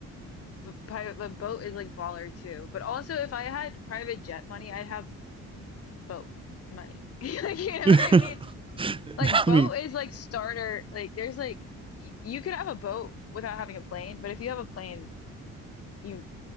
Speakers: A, on the left (about 50°); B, on the right (about 15°).
A: But private, but boat is like baller too. But also if I had private jet money, I'd have boat money. <laughs> Like you know
B: <laughs> I
A: what I mean? Like boat
B: mean,
A: is like starter. Like there's like y- you could have a boat without having a plane, but if you have a plane, you